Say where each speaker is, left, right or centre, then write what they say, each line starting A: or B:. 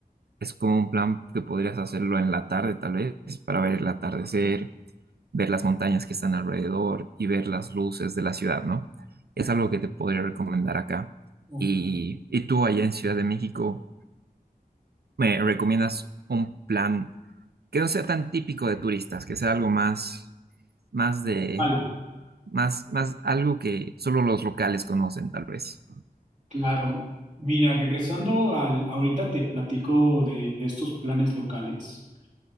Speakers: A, on the right; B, on the right.
A: Es como un plan que podrías hacerlo en la tarde, tal vez, para ver el atardecer ver las montañas que están alrededor y ver las luces de la ciudad, ¿no? Es algo que te podría recomendar acá.
B: Ok,
A: Y, y tú allá en Ciudad de México, ¿me recomiendas un plan que no sea tan típico de turistas, que sea algo más, más de,
B: Al,
A: más, más algo que solo los locales conocen, tal vez?
B: claro. Mira, regresando al, ahorita te platico de, de estos planes locales,